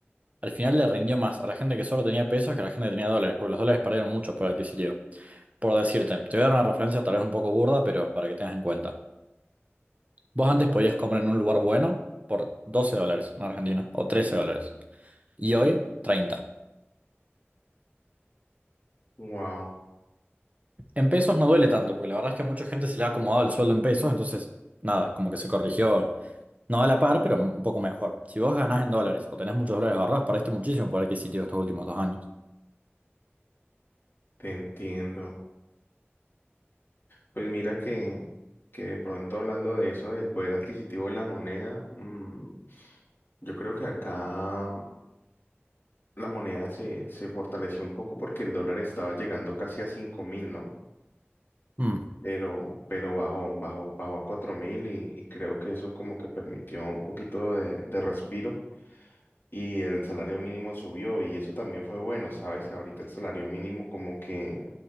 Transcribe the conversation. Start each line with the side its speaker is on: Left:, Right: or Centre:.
Right: al final le rindió más a la gente que solo tenía pesos que a la gente que tenía dólares, porque los dólares perdieron mucho por adquisitivo. Por decirte, te voy a dar una referencia tal vez un poco burda, pero para que tengas en cuenta. Vos antes podías comer en un lugar bueno por 12 dólares en Argentina, o 13 dólares, y hoy treinta.
Left: Wow,
Right: En pesos no duele tanto, porque la verdad es que a mucha gente se le ha acomodado el sueldo en pesos, entonces nada, como que se corrigió, no a la par, pero un poco mejor. Si vos ganás en dólares o tenés muchos dólares ahorrados, perdiste muchísimo por adquisitivo estos últimos dos años.
Left: te entiendo. Pues mira que, que de pronto hablando de eso, del poder adquisitivo de la moneda, mm, yo creo que acá la moneda se, se fortaleció un poco porque el dólar estaba llegando casi a cinco mil, ¿no?
Right: Mm,
Left: Pero, pero bajó, bajó, bajó a cuatro mil y, y creo que eso como que permitió un poquito de, de respiro y el salario mínimo subió y eso también fue bueno, ¿sabes? Ahorita el salario mínimo como que